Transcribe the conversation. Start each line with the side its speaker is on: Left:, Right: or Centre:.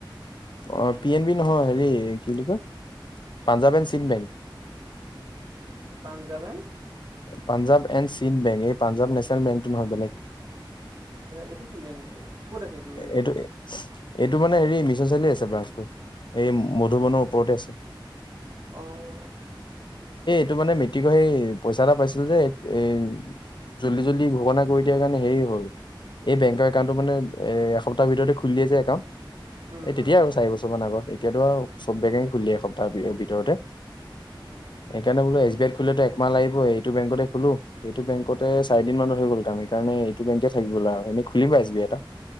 Left: অ পি এন বি নহয় হেৰি কি বুলি কয়। Punjab and Sind bank.
Right: Punjab and
Left: Punjab and Sind bank এই পাঞ্জাৱ নেশ্যনেল বেংকটো নহয় বেলেগ।
Right: এইটো কি বেংক আকৌ ক'ত আছে হেৰি
Left: এইটো এইটো মানে হেৰি মিছন চাৰিলিত আছে ব্ৰাঞ্চটো। এই মধুবনৰ ওপৰতে আছে।
Right: অহঁ।
Left: সটো মানে মেটতিক সেই। পইচা এটা পাইছিলো যে এ জল্দি জল্দি ঘোষণা কৰি দিয়াৰ কাৰণে হেৰি হ'ল। এই বেংকৰ একাউণ্টটো মানে এসপ্তাহৰ ভিতৰতে খুলি দিয়ে যে একাউণ্ট।
Right: উম
Left: এ তেতিয়াাই
Right: উম উম
Left: আৰু চাৰি বছৰ মান আগত এতিয়াতো আৰু চব বেংকে খুলি দিয়ে এসপ্তাহমান ভিতৰতে।
Right: উম
Left: সেইকাৰণে বোলো এছ বি আই খুল এক। ইমান লাগিব এইটো বেংকতে খোলো এইটো বেংকতে চাৰি দিন মানত হৈ গ'ল কাম হেইকাৰনে এইটো বেংকতে থাকি গল আৰু। খুলিবা এছবিএ এটা।